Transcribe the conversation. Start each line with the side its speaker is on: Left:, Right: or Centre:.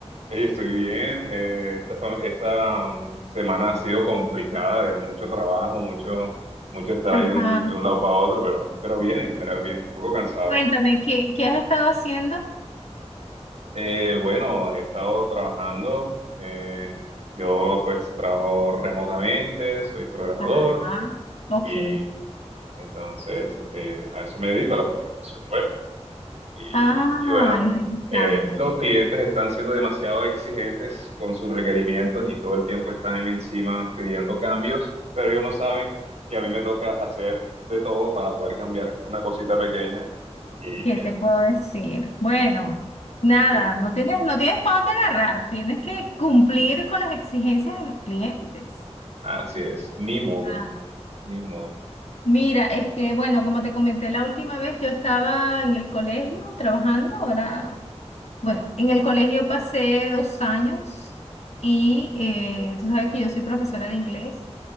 Right: Ey, estoy bien, eh, esta, fa- esta, um, semana ha sido complicada, de mucho trabajo, mucho, mucho estar
Left: ajá.
Right: ahí de un, de un lado para otro, pero, pero bien, en general bien, un poco cansado.
Left: Cuéntame, ¿qué, qué has estado haciendo?
Right: Eh, bueno, he estado trabajando, eh, yo pues trabajo remotamente, soy programador.
Left: Ajá, ok.
Right: y Entonces, eh, a eso me dedico, a la programación web. Y,
Left: Ah,
Right: y bueno,
Left: interesante.
Right: eh, los clientes están siendo demasiado exigentes con sus requerimientos y todo el tiempo están encima pidiendo cambios, pero ellos no saben que a mí me toca hacer de todo para poder cambiar una cosita pequeña. Y,
Left: ¿Qué
Right: y
Left: te puedo decir? Bueno, nada,
Right: así,
Left: no tienes, no tienes para dónde agarrar. Tienes que cumplir con las exigencias de los clientes.
Right: así es, ni modo,
Left: Ah,
Right: ni modo.
Left: Mira, es que, bueno, como te comenté la última vez, yo estaba en el colegio trabajando, ahora, bueno, en el colegio pasé dos años y eh, tú sabes que yo soy profesora de inglés.